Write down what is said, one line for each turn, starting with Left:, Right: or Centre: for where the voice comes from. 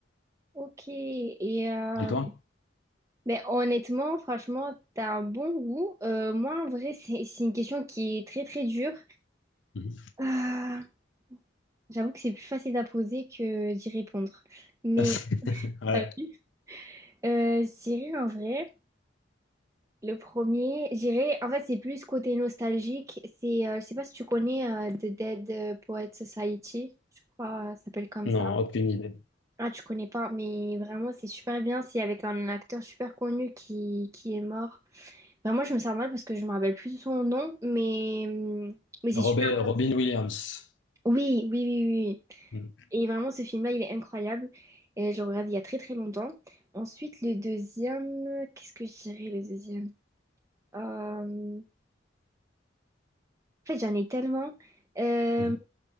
Right: Ok, et euh,
Left: Et toi?
Right: ben, honnêtement, franchement, t'as un bon goût. Euh, moi, en vrai, c'est c'est une question qui est très très dure.
Left: Mhm.
Right: Ah, j'avoue que c'est plus facile à poser que d'y répondre. Mais
Left: <laughs> Ouais.
Right: t'as vu? Euh, je dirais en vrai. Le premier, j'irai. En fait, c'est plus côté nostalgique. C'est, euh, je sais pas si tu connais euh, The Dead Poets Society. Je crois, euh, ça s'appelle comme
Left: Non,
Right: ça.
Left: aucune idée.
Right: Ah, tu connais pas, mais vraiment, c'est super bien. C'est avec un acteur super connu qui, qui est mort. Vraiment, je me sens mal parce que je me rappelle plus de son nom, mais, hum, mais c'est
Left: Robert,
Right: super.
Left: Robin Williams.
Right: Oui, oui, oui, oui. oui.
Left: Mhm.
Right: Et vraiment, ce film-là, il est incroyable. Et je le regarde il y a très, très longtemps. Ensuite, le deuxième. Qu'est-ce que je dirais, le deuxième? Euh, En fait, j'en ai tellement. Euh,
Left: Mhm.